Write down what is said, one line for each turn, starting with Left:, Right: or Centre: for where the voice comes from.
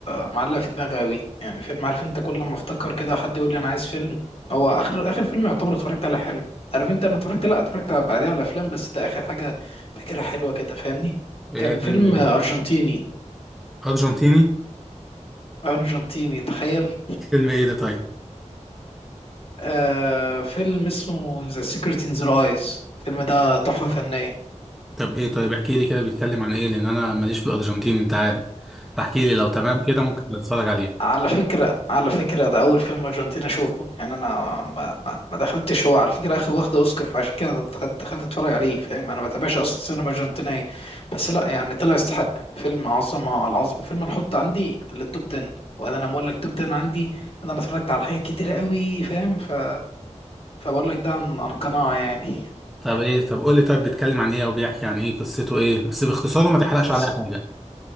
Left: معلق في دماغي قوي يعني فيلم عارف انت كل ما افتكر كده حد يقول لي انا عايز فيلم هو اخر اخر فيلم يعتبر اتفرجت على حلو عارف انت انا اتفرجت لا اتفرجت على- بعديها على افلام بس ده اخر حاجه فاكرها حلوه كده فاهمني
Centre: إيه
Left: كان
Centre: فيلم
Left: فيلم
Centre: إيه؟
Left: ارجنتيني
Centre: أرجنتيني
Left: ارجنتيني تخيل
Centre: فيلم إيه ده طيب
Left: آه فيلم اسمه ذا سيكريت ان ذا رايز الفيلم ده تحفه فنيه
Centre: طب إيه طيب احكي لي كده بيتكلم عن إيه لأن أنا ماليش في الأرجنتيني أنت عارف فاحكي لي لو تمام كده ممكن أتفرج عليه
Left: على فكرة على فكرة ده أول فيلم أرجنتيني أشوفه يعني أنا ما, ما, ما دخلتش هو على فكرة أخد واخد أوسكار فعشان كده دخلت دخلت أتفرج عليه فاهم أنا ما بتابعش أصلا سينما أرجنتينية بس لا يعني طلع يستحق فيلم عظمة على العظمة فيلم أنا أحط عندي للتوب 10 وأنا لما أقول لك توب 10 عندي أنا اتفرجت على حاجات كتيرة قوي فاهم ف... فبقول لك ده عن, عن قناعة يعني
Centre: طب إيه طب قول لي طيب بيتكلم عن إيه أو بيحكي عن إيه قصته إيه بس باختصار وما تحرقش عليا
Left: ز-
Centre: حاجة